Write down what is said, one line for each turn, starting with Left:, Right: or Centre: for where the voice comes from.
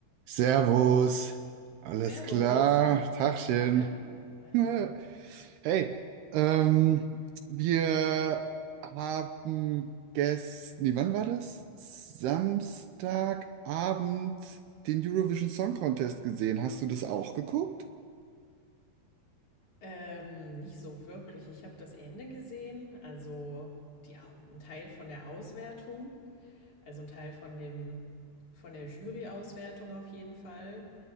Right: Servus, alles
Left: Servus.
Right: klar, Tagchen.
Left: Ja, hi.
Right: <laughs> Hey, ähm, wir haben gestern, nee, wann war das? Samstagabend den Eurovision Song Contest gesehen. Hast du das auch geguckt?
Left: Ähm, nicht so wirklich. Ich habe das Ende gesehen, also die, Au- ein Teil von der Auswertung, also ein Teil von dem, von der Jury-Auswertung auf jeden Fall,